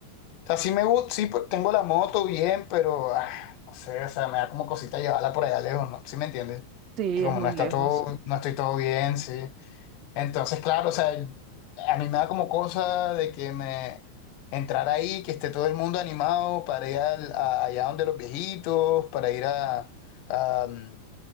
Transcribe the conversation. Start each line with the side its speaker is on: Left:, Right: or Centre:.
Left: O sea, sí me gusta, sí, pues, tengo la moto bien, pero, ah, no sé, o sea, me da como cosita llevarla por allá lejos, ¿no? ¿Sí me entiendes?
Right: Sí,
Left: Que como
Right: es muy
Left: no está
Right: lejos.
Left: todo, no estoy todo bien, sí. Entonces, claro, o sea, a mí me da como cosa de que me entrar ahí, que esté todo el mundo animado para ir al- a- allá donde los viejitos, para ir a, a, mm,